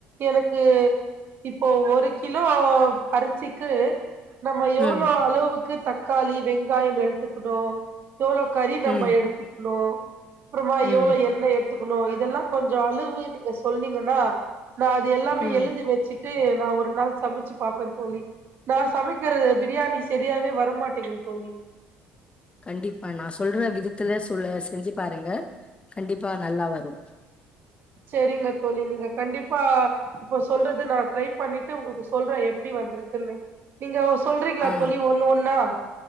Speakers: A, on the right; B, on the left.
A: எனக்கு இப்போ ஒரு கிலோ அரிசிக்கு நம்ம எவ்ளோ
B: ம்
A: அளவுக்கு தக்காளி வெங்காயம் எடுத்துக்குரோ எவ்ளோ கறி நம்ம
B: ம்
A: எடுத்துக்கணு அப்புறமா
B: ம்
A: எவ்வளோ எண்ணெய் எடுத் னு இதெல்லாம் கொஞ்சோ அளவு நீங்க சொன்னீங்கன்னா நா அது எல்லாமே
B: ம்
A: எழுதி வெச்சுட் ட்டு நா ஒரு நாள் சமச்சு பாப்பன் தோழி நா சமைக்கிறது பிரியாணி செரியாவே வரமாட்டேங்குதுங் தோழி
B: கண்டிப்பா நா சொல்ற விதத்துல சொல்ல செஞ்சு பாருங்க கண்டிப்பா நல்லா வரு
A: சேரிங்க தோழி நீங்க கண்டிப்பா இப்போ சொல்றது நா ட்ரை பண்ணிட்டு உங்களுக்கு சொல்ற எப் எப்டி வந்துருக்குன்னு நீங்கோ சொல்றீங்களா
B: ஆ,
A: தோழி ஒன்னு ஒன்னா